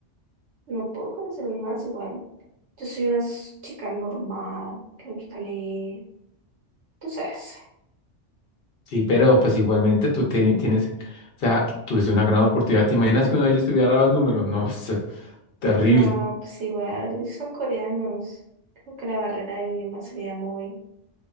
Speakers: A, on the right; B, on the left.
A: no puedo conocer más igual. Yo soy una s- chica normal, que me gusta leer. Tú sabes.
B: Sí, pero pues igualmente tú te- tienes, o sea, tuviste una gran oportunidad. ¿Te imaginas que uno de ellos te hubiera dado el número? No, <laughs> es terrible.
A: No, pues igual son coreanos. Creo que la barrera del idioma sería muy,